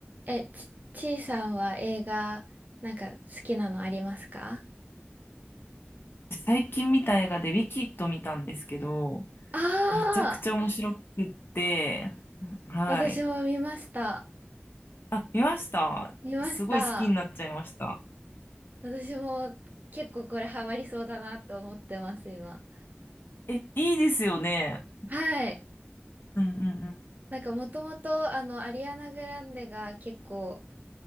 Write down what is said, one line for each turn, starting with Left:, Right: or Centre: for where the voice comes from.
Right: え、ち、ちいさんは映画、なんか好きなのありますか
Left: 最近見た映画でウィキッド見たんですけど、
Right: ああ
Left: めちゃくちゃ面白くって、
Right: ー、
Left: はい。
Right: 私も見ました。
Left: あ、見ましたすごい好きになっちゃいました。
Right: 見ました。私も結構これハマりそうだなと思ってます、今。
Left: え、いいですよね。
Right: はい。
Left: うんうんうん。
Right: なんかもともと、あの、アリアナ・グランデが結構、